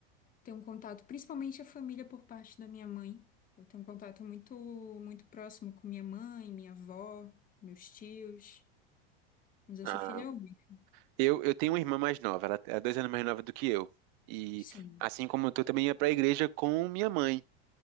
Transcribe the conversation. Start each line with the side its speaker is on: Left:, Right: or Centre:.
Left: tenho um contato, principalmente a família por parte da minha mãe. Eu tenho um contato muito, muito próximo com minha mãe, minha avó, meus tios. Mas eu
Right: Ah,
Left: sou filha única.
Right: Eu, eu tenho uma irmã mais nova, ela é dois anos mais nova do que eu. E
Left: Sim.
Right: assim como eu tô, também ia pra igreja com minha mãe.